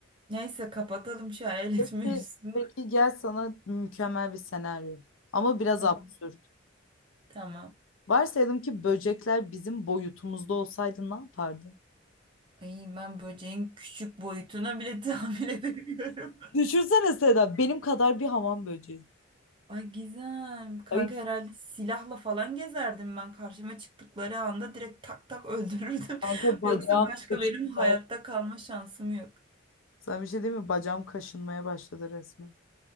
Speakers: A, on the right; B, on the left.
A: Neyse kapatalım şu hayalet
B: Peki,
A: mevzusunu.
B: peki gel sana mükemmel bir senaryo. Ama biraz
A: Tamam.
B: absürt.
A: Tamam.
B: Varsayalım ki böcekler bizim boyutumuzda olsaydı ne yapardın?
A: Ay ben böceğin küçük boyutuna bile tahammül edemiyorum.
B: Düşünsene Seda benim kadar bir hamam böceği.
A: <laughs> Ay Gizem. Kanka
B: Ay
A: herhalde silahla falan gezerdim ben. Karşıma çıktıkları anda direkt tak tak öldürürdüm.
B: kanka
A: <laughs>
B: bacağım
A: Yoksa başka
B: kaşınmaya.
A: benim hayatta kalma şansım yok.
B: Sana bir şey diyeyim mi? Bacağım kaşınmaya başladı resmen.